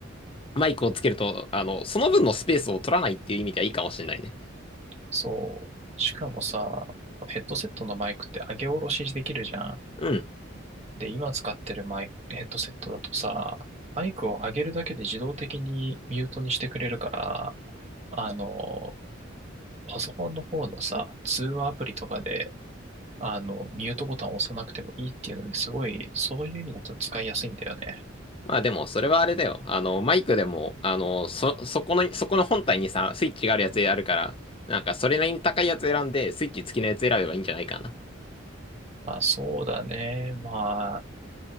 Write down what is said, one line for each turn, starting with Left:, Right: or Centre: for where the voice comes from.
Left: マイクをつけると、あの、その分のスペースを取らないっていう意味ではいいかもしれないね。
Right: そう。しかもさ、ヘッドセットのマイクって上げ下ろしできるじゃん。
Left: うん。
Right: で、今使ってるマイク、ヘッドセットだとさ、マイクを上げるだけで自動的にミュートにしてくれるから、あの、パソコンの方のさ、通話アプリとかで、あの、ミュートボタンを押さなくてもいいっていうので、すごい、そういう意味だと使いやすいんだよね。
Left: まあでも、それはあれだよ。あの、マイクでも、あの、そ、そこの、そこの本体にさ、スイッチがあるやつあるから、なんか、それなりに高いやつ選んで、スイッチ付きのやつ選べばいいんじゃないかな。
Right: まあそうだね。ま